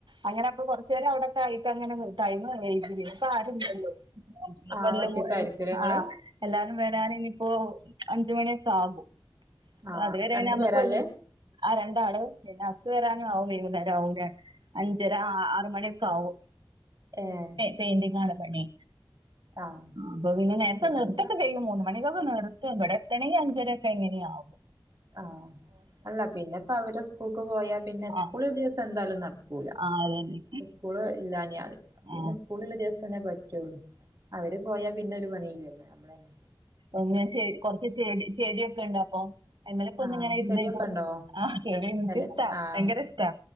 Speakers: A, on the right (about 65°); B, on the right (about 40°).
A: അങ്ങനെ അപ്പൊ കൊർചേരം അവിടെക്കെ ആയിട്ടങ്ങനെ ടൈമ് കയ്ൻജിലെ ഇപ്പ ആരുല്ലല്ലോ ഇഞ്പ്പോ
B: ആഹ്
A: എല്ലും
B: ഒറ്റക്കായിരിക്കുലേ ഇങ്ങള്
A: ആഹ് എല്ലാരും വരാന് ഇനിയിപ്പോ അഞ്ചുമണിക്കെ ആകും പ്പ
B: ആഹ്
A: അത് വെരെ
B: രണ്ടു
A: നമ്മക്ക്
B: പേരാല്ലേ
A: വെ ആഹ് രണ്ടാള് പിന്നെ അസ്സ് വരാനും ആവും വൈകുന്നേരം ആവുംല്ലേ അഞ്ചര ആറ്മണി ക്കാവും
B: ഏയെ
A: പെയിന്റിങ്ങാണ് പണി
B: ആഹ്
A: അപ്പൊ പിന്നെ നേരത്തെ
B: അത്
A: നിർത്തം
B: പിന്നെ
A: യൊക്കെ ചെയ്യാൻ പോണു <unintelligible> ഇവിടെ എത്തണെങ്കി അഞ്ചര <unintelligible> ഒക്കെ ആവും
B: ആഹ് അല്ല പിന്നെയിപ്പ അവര്ടെ സ്കൂൾക്ക് പോയാ പിന്നെ സ്കൂള്
A: ആ
B: ദിവസം എന്തായാലും നടക്ക - കൂല
A: ആ അതന്നെ
B: സ്കൂള്- ഇല്ലാഞ്ഞാല്
A: ആ
B: പിന്നെ സ്കൂള് ഉള്ള ദെവസം തന്നെ പറ്റൊള്ളൂ അവര് പോയാ- പിന്നെ ഒരു പണിയില്ലല്ലോ നമ്മള് തന്നെ
A: അങ്ങനെ ചെ കൊറ്ച്ച് ചെടി ചെടിയൊക്കെയൊണ്ടോ അപ്പൊ- അയിൻ മേലേക്ക് ഒന്ന്
B: ആഹ്
A: ഇങ്ങനെ ഇരുന്ന്
B: ചെടിയൊക്കെ
A: എനിക്ക്
B: ഉണ്ടോ
A: ആഹ് ചെടി എനിക്ക്
B: നല്ല
A: ഇഷ്ട്ടാ
B: ആഹ്
A: ഭയങ്കര ഇഷ്ടാ